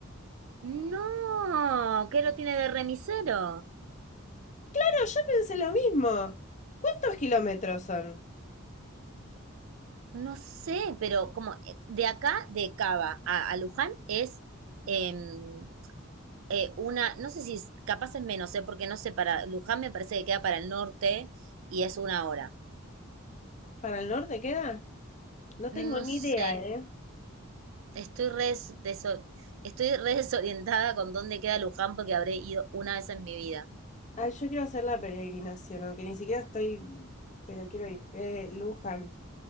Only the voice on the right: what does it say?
No, ¿qué lo tiene de remisero?
No sé, pero como eh, de acá, de Cava a, a Luján es em, eh, una, no sé si es- capaz es menos, ¿eh? porque no sé, para Luján me parece que queda para el norte y es una hora.
No
sé,
estoy re des- deso- estoy re desorientada con dónde queda Luján porque habré ido una vez en mi vida.